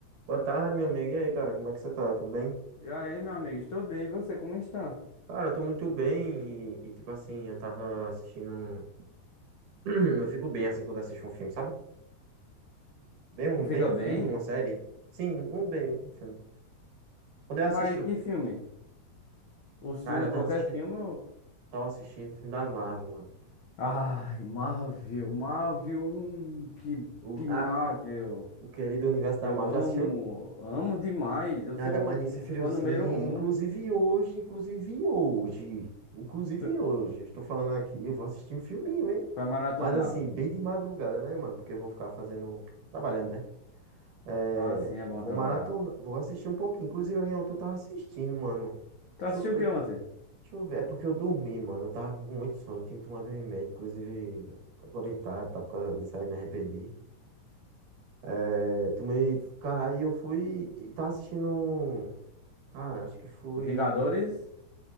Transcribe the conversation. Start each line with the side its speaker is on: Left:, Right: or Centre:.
Right: Boa tarde, meu amigo. E aí, cara, como é que você tá? Tudo bem?
Left: E aí, meu amigo, estou bem. E você, como está?
Right: Cara, eu tô muito bem e, e, tipo assim, eu tava assistindo. um- <clears throat> Eu fico bem assim quando eu assisto um filme, sabe? Bem um,
Left: Tu fica
Right: bem um
Left: bem?
Right: filme, uma série. Sim, um bem um filme. Quando eu
Left: Mas
Right: assisti, o-
Left: que filme? Os
Right: cara,
Left: filmes,
Right: eu tava
Left: qualquer
Right: assistindo,
Left: filme. eu-
Right: tava assistindo o filme da Marvel, mano.
Left: Ai, Marvel, Marvel, hum, que,
Right: O,
Left: que Marvel.
Right: a, a- o querido universo da
Left: Eu
Right: Marvel.
Left: amo,
Right: Já assistiu?
Left: amo demais. Eu
Right: E
Left: sou
Right: ainda mais nesse friozinho,
Left: o fã número um.
Right: inclusive hoje, inclusive hoje, inclusive
Left: eh,
Right: hoje, eu estou falando aqui, eu vou assistir um filminho, hein?
Left: Pra maratonar.
Right: Mas assim, bem de madrugada, né, mano? Porque eu vou ficar fazendo, trabalhando, né? É,
Left: Ah, sim, é bom
Right: vou
Left: trabalhar.
Right: maratona, vou assistir um pouquinho. Inclusive, eu tô tava assistindo, mano.
Left: Tu
Right: Deixa
Left: assistiu
Right: eu ver,
Left: o que ontem?
Right: deixa eu ver. É porque eu dormi, mano. Eu tava com muito sono, eu tinha tomado um remédio, inclusive, agora tá, tá por causa disso, aí me arrependi. É, tomei, aí eu fui e tava assistindo. um- Cara, acho que foi.
Left: Vingadores?